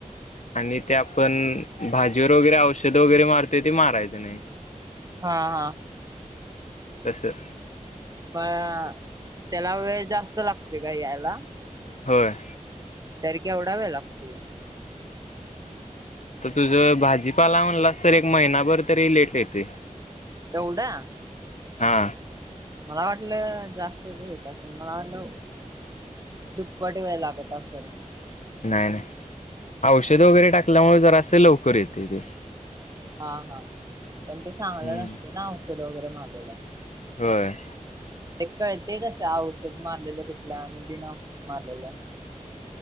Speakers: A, on the left; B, on the right.
A: आणि ते आपण भाजीवर वगैरे औषध वगैरे मारतोय ते मारायच. <unintelligible>
B: हा -हा
A: असं
B: म त्याला वेळ जास्त लागते का यायला?
A: होय.
B: तरी केवढा वेळ लागतोय?
A: तर तुझ भाजीपाला म्हणलास तर एक महिनाभर तरी लेट येतय.
B: एवढं
A: हा.
B: मला वाटलं जास्तच होेत असेल मला वाटलं दुप्पटी व्हाय लागत. तस.
A: नाही नाही औषध वगैरे टाकल्यामुळे जरा असं लवकर येते ते.
B: हा हा पण ते चांगलं
A: हम्म.
B: नसते ना औषध वगैरे मलेला.
A: होय.
B: ते कळते कसं औषध मारलेलं कुठल्या आणि बिनऔषध मारलेलं.